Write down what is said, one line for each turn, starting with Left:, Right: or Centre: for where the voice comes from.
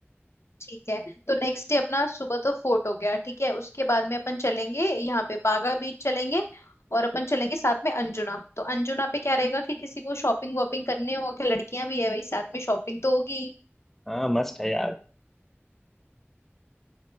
Left: ठीक है तो नेक्स्ट डे अपना सुबह तो फोर्ट हो गया ठीक है उसके बाद में अपन चलेंगे यहाँ पे बागा बीच चलेंगे और अपन चलेंगे साथ में अंजुना तो अंजुना पे क्या रहेगा कि किसी को शॉपिंग वॉपिंग करनी हो कि लड़कियां भी है भाई साथ में शॉपिंग तो होगी
Centre: हाँ मस्त है यार